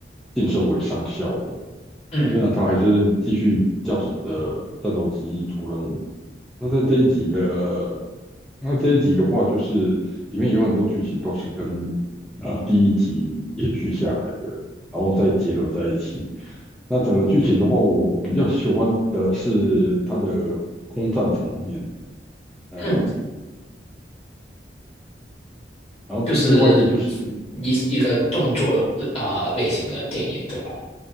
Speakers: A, in the centre; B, on the left.
A: 晋升为上校了，
B: 嗯
A: 虽然他还是继续驾驶着战斗机出任务。那在这一集的那这一集的话，就是里面有很多剧情都是跟呃第一集延续下来的，然后再结合在一起。那整个剧情的话，我比较喜欢的是它的空战场面。呃，
B: 嗯。
A: 然后另外一个就是
B: 就是一一个动作啊、呃类型的电影，对吧？